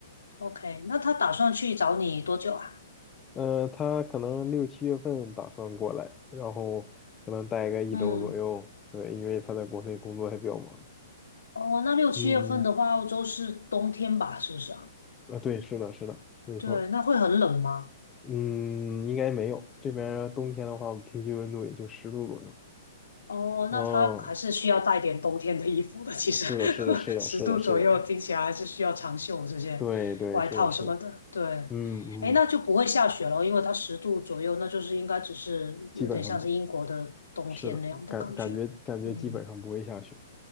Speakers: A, on the left; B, on the left.
A: ，OK，那他打算去找你多久啊？
B: 嗯呃，他可能六七月份打算过来，然后可能待个一周左右。
A: 嗯，
B: 对，因为他在国内工作还比较忙。
A: 哦，那六七月份的话，
B: 嗯，
A: 澳洲是冬天吧，是不是啊？
B: 啊，对，是的，是的，没错。
A: 对，那会很冷吗？
B: 嗯，应该没有。这边儿冬天的话，平均温度也就十度左右。
A: 哦，
B: 哦，
A: 那他还是需要带点冬天的衣服的。其实
B: 是的，是的，
A: <laughs>
B: 是的，
A: 十度左右，
B: 是的，是的，
A: 听起来还是需要长袖这些外套什么的。
B: 对，对，是的，是的。
A: 对，
B: 嗯嗯，
A: 哎，那就不会下雪了，因为它十度左右，那就是应该只是有点像是英国的冬天那样的感觉。
B: 基本上不，是的，感感觉感觉基本上不会下雪。
A: 嗯